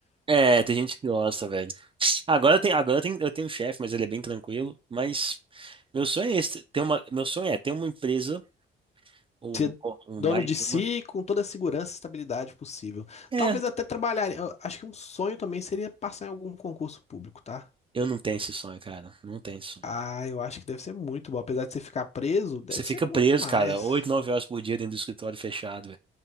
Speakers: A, on the right; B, on the left.
A: É, tem gente que gosta, velho. Agora tem, agora tem, eu tenho um chefe, mas ele é bem tranquilo. Mas meu sonho é esse, ter uma, meu sonho é ter uma empresa Ou,
B: Ser
A: um, ou um
B: dono
A: mais
B: de
A: de
B: si
A: uma.
B: com toda a segurança e estabilidade possível.
A: É,
B: Talvez até trabalhar. eu acho que um sonho também seria passar em algum concurso público, tá?
A: eu não tenho esse sonho, cara. Não tenho esse sonho.
B: Ah, eu acho que deve ser muito bom. Apesar de você ficar preso, deve
A: Você fica
B: ser bom
A: preso,
B: demais.
A: cara, oito, nove horas por dia dentro do escritório fechado,